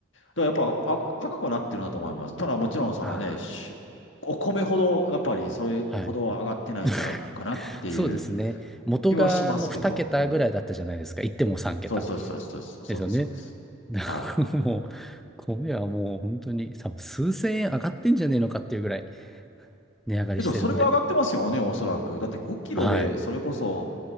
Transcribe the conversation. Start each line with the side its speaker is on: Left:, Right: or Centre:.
Left: だらやっぱあ高くはなってるんだと思います。ただもちろんそのね、
Centre: あ
Left: しお米ほどやっぱりそれほどは上がってないんじゃないかなっていう
Centre: あ、はい。<laughs> そうですね。元があの2桁ぐらいだったじゃないですか。
Left: 気はしますけど、うん。
Centre: 言っても3桁。
Left: そうそうそうそうそうですそうです、
Centre: ですよね。
Left: そうです。
Centre: <laughs> だからもう、
Left: はい。
Centre: 米はもう本当に多分数千円上がってんじゃねえのかっていうぐらい。値上がりしてるんで。
Left: え、でもそれぐらい上がってますよね、おそらく。だって5キロでそれこそ
Centre: はい。